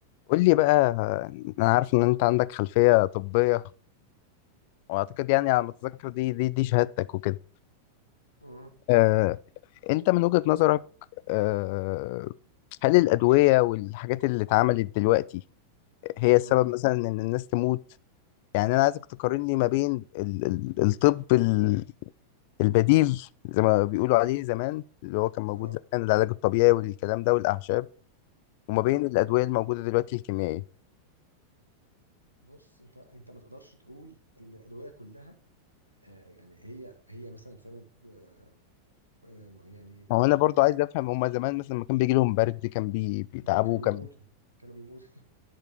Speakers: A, on the left (about 45°); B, on the right (about 85°).
A: قول لي بقى انا عارف ان انت عندك خلفية طبية واعتقد يعني على ما اتذكر دي دي دي شهادتك وكده
B: امم
A: آه، انت من وجهة نظرك آه، هل الأدوية والحاجات اللي اتعملت دلوقتي هي
B: امم
A: السبب مثلا ان الناس تموت يعني انا عايزك تقارن لي ما بين ال- ال- الطب ال- البديل زي ما بيقولوا عليه زمان اللي هو كان موجود
B: اه
A: زمان العلاج الطبيعي والكلام ده والأعشاب وما
B: اه
A: بين الأدوية الموجودة دلوقتي الكيميائية
B: بص انت انت ما تقدرش تقول ان الادويه كلها آه يعني هي هي مثلا سبب آه آه، يعني
A: ما هو انا برضو عايز افهم هما زمان مثلا لما كان بيجي لهم برد كان بي... بيتعبوا
B: بي كانوا
A: كان
B: بيموتوا كانوا بيموتوا